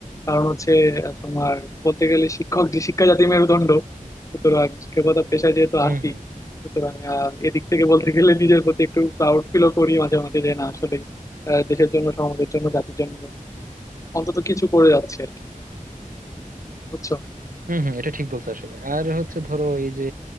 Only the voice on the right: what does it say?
হুম
হুম
হুম হুম এটা ঠিক বলছো আসলে আর হচ্ছে ধরো এই যে